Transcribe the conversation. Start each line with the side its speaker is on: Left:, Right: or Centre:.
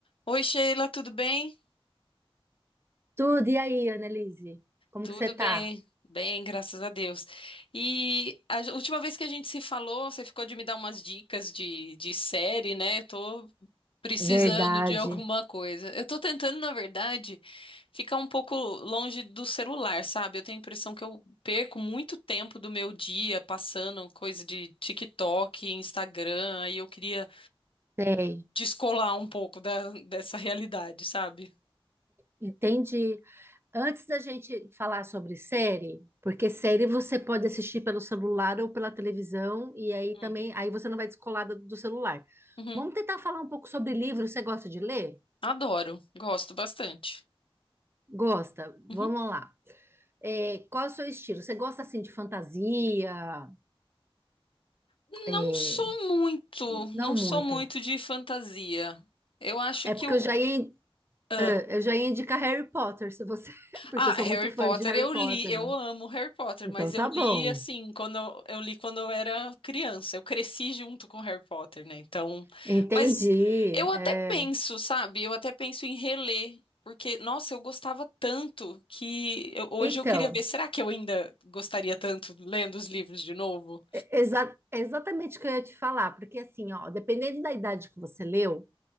Left: Oi, Sheila, tudo bem?
Right: Tudo, e aí, Annelise? Como
Left: Tudo
Right: que você tá?
Left: bem, bem, graças a Deus. E a j- última vez que a gente se falou, você ficou de me dar umas dicas de, de série, né? Eu tô precisando
Right: Verdade.
Left: de alguma coisa. Eu tô tentando, na verdade, ficar um pouco longe do celular, sabe? Eu tenho a impressão que eu perco muito tempo do meu dia passando coisa de TikTok, Instagram, aí eu queria
Right: Sei.
Left: descolar um pouco da, dessa realidade, sabe?
Right: Entendi. Antes da gente falar sobre série, porque série você pode assistir pelo celular ou pela televisão, e aí
Left: Hum.
Right: também, aí você não vai descolar do, do celular.
Left: Uhum.
Right: Vamos tentar falar um pouco sobre livro. Você gosta de ler?
Left: Adoro, gosto bastante.
Right: Gosta?
Left: Uhum.
Right: Vamos lá. É, qual é o seu estilo? Você gosta assim de fantasia?
Left: Não
Right: É,
Left: sou muito,
Right: não
Left: não
Right: muito.
Left: sou muito de fantasia. Eu acho
Right: É
Left: que
Right: porque
Left: eu.
Right: eu já ia,
Left: Ah,
Right: eu já ia indicar Harry Potter, se você, <laughs> porque
Left: Ah,
Right: eu sou
Left: Harry
Right: muito fã
Left: Potter
Right: de Harry
Left: eu
Right: Potter.
Left: li, eu amo Harry Potter,
Right: Então
Left: mas
Right: tá
Left: eu
Right: bom.
Left: li assim, quando eu, eu li quando eu era criança. Eu cresci junto com Harry Potter, né? Então,
Right: Entendi.
Left: mas eu até
Right: É.
Left: penso, sabe? Eu até penso em reler, porque nossa, eu gostava tanto que eu- hoje
Right: Então,
Left: eu queria ver, será que eu ainda gostaria tanto lendo os livros de novo?
Right: é exa- é exatamente o que eu ia te falar, porque assim, ó, dependendo da idade que você leu,